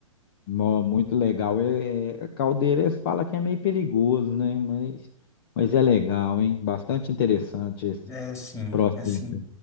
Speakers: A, on the left; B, on the left.
A: Nó, muito legal. É, é, caldeira, eles que é meio perigoso, né? Mas, mas é legal, hein? Bastante interessante esse
B: É sim,
A: processo.
B: é sim.
A: aí.